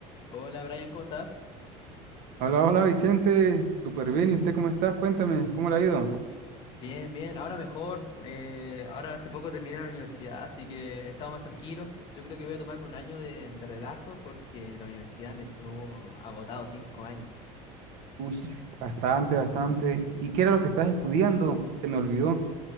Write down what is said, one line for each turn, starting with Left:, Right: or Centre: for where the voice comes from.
Left: Hola Brian, ¿cómo estás?
Right: Hola, hola Vicente, súper bien. ¿Y usted cómo está? Cuéntame, ¿cómo le ha ido?
Left: Bien, bien, ahora mejor. eh, ahora hace poco terminé la universidad, así que he estado más tranquilo. Yo creo que voy a tomarme un año de, de relajo porque la universidad me tuvo agotado cinco años.
Right: Uy, bastante, bastante. ¿Y qué era lo que estás estudiando? Se me olvidó.